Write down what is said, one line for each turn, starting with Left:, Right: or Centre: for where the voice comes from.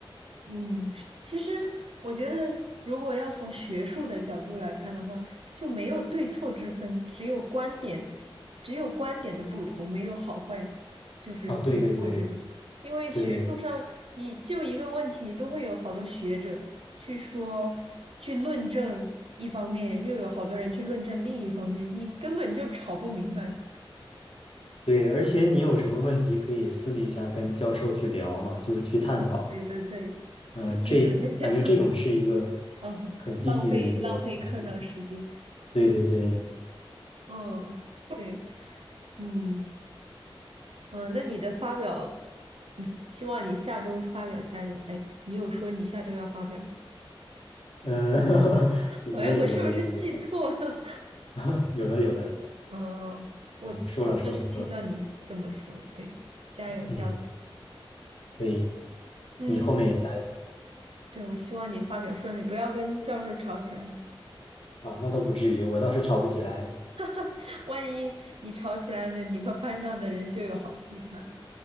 Right: 嗯，是其实我觉得，如果要从学术的角度来看的话，就没有对错之分，只有观点，只有观点的不同，没有好坏，就是对错这种。
Left: 啊，对对对
Right: 因为学术上，
Left: 对
Right: 你就一个问题，都会有好多学者去说、去论证一方面，又有好多人去论证另一方面，你根本就吵不明白。
Left: 对，而且你有什么问题可以私底下跟教授去聊嘛，就是去探讨。
Right: 对对对，
Left: 呃，
Right: 就是有些人就
Left: 这感觉这种是一个
Right: 嗯浪费浪费课上时间，
Left: 很积极的一个东西。对对对，
Right: 嗯，对，嗯嗯，呃那你的发表，嗯，希望你下周发表加油。哎，你有说你下周要发表吗？
Left: 嗯，<laughs> 有的有的有的有的
Right: 哎，我是不是记错了？
Left: <laughs> 有的有的，
Right: <laughs> 嗯，我好像是听到你这么说，
Left: 嗯，说了说了说了，
Right: 对，加油加油。
Left: 嗯，对，
Right: 嗯，
Left: 你后面也加油
Right: 对，我希望你发表顺利，不要跟教授吵起来，
Left: 啊，那倒不至于，我倒是吵不起来，
Right: <laughs> 万一你吵起来了，你们班上的人就有好戏看。